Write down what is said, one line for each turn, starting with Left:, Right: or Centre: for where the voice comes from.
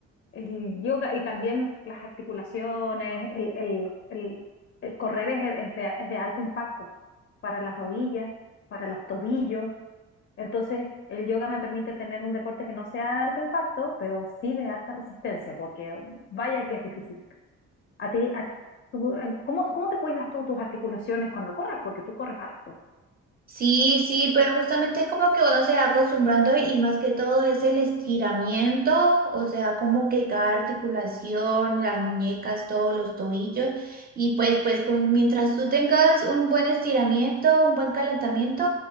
Left: el yoga y también las articulaciones, el, el- el- el correr es, es de, es de alto impacto para las rodillas, para los tobillos. Entonces, el yoga me permite tener un deporte que no sea de alto impacto, pero sí de harta resistencia, porque vaya que es difícil. A ti, a- tú, en- ¿cómo, cómo te cuidas tú tus articulaciones cuando corres? Porque tú corres harto.
Right: Sí, sí, pero justamente es como que uno se va acostumbrando y más que todo es el estiramiento, o sea, como que cada articulación, las muñecas, todos los tobillos, y pues, pues con- mientras tú tengas un buen estiramiento, un buen calentamiento,